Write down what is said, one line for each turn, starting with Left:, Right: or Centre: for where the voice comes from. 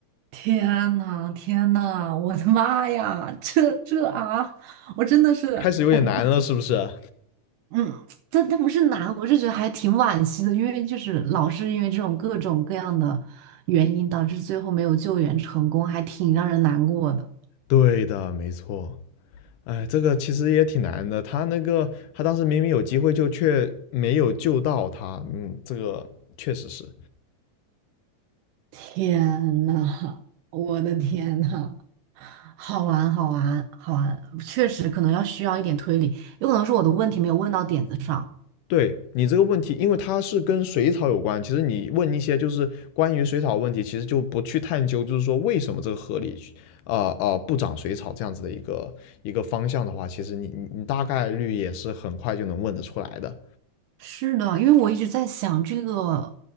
Right: 天呐，天呐，我的妈呀，这这啊，我真的是，
Left: 开始有点难了，
Right: 我
Left: 是不是？
Right: 嗯，这这不是难，我是觉得还挺惋惜的，因为就是老是因为这种各种各样的原因，导致最后没有救援成功，还挺让人难过的。
Left: 对的，没错。哎，这个其实也挺难的。他那个，他当时明明有机会，就却没有救到他。嗯，这个确实是。
Right: 天呐，我的天呐，好玩，好玩，好玩，确实可能要需要一点推理，有可能是我的问题没有问到点子上。
Left: 对你这个问题，因为它是跟水草有关。其实你问一些就是关于水草的问题，其实就不去探究，就是说为什么这个河里，呃呃不长水草这样子的一个一个方向的话，其实你你你大概率也是很快就能问得出来的。
Right: 是的，因为我一直在想这个，